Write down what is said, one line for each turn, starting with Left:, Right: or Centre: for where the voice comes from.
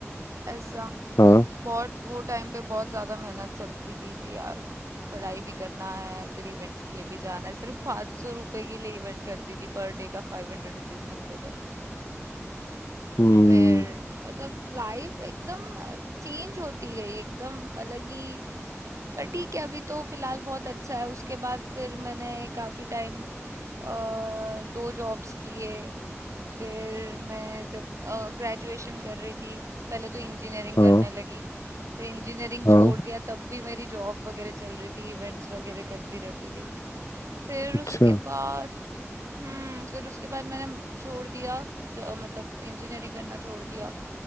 Right: ऐसा
Left: हाँ
Right: बहुत वो टाइम पे बहुत ज्यादा मेहनत चलती थी कि यार पढ़ाई भी करना है फिर इवेंट्स के लिए भी जाना है सिर्फ पाँच सौ रुपए के लिए इवेंट करती थी पर डे का फाइव हंड्रेड रुपीज मिलते थे
Left: हम्म
Right: फिर मतलब लाइफ एकदम चेंज होती गई एकदम अलग ही पर ठीक है अभी तो फिलहाल बहुत अच्छा है उसके बाद फिर मैंने काफी टाइम अ, दो जॉब्स किए फिर मैं जब ग्रेजुएशन कर रही थी पहले तो इंजीनियरिंग
Left: हाँ
Right: करने लगी फिर इंजीनियरिंग
Left: हाँ
Right: छोड़ दिया तब भी मेरी जॉब वगैरह चल रही थी इवेंट्स वगैरह करती रहती थी फिर
Left: अच्छा
Right: उसके बाद हम्म फिर उसके बाद मैंने छोड़ दिया जो मतलब इंजीनियरिंग करना छोड़ दिया